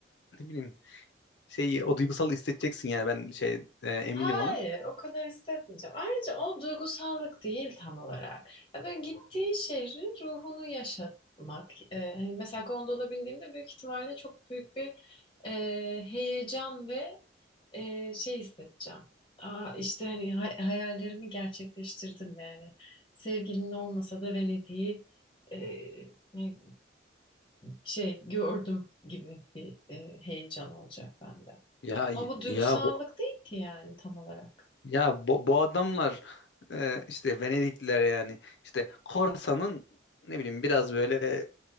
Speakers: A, on the left; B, on the left.
A: ne bileyim şeyi o duygusal hissedeceksin yani ben şey e, eminim
B: hayır
A: ona
B: o kadar hissetmeyeceğim. Ayrıca o duygusallık değil tam olarak. Ya böyle gittiği şehrin ruhunu yaşatmak. E, hani mesela gondola bindiğimde büyük ihtimalle çok büyük bir e, heyecan ve e, şey hissedeceğim. Aa, işte hani hay- hayallerimi gerçekleştirdim yani. Sevgilin olmasa da Venedik'i e, ne- şey gördüm gibi bir e, heyecan olacak bende.
A: ya
B: Ama bu duygusallık
A: ya
B: değil ki yani tam olarak.
A: Ya bu, bu adamlar e, işte Venedikliler yani işte Korsa'nın ne bileyim biraz böyle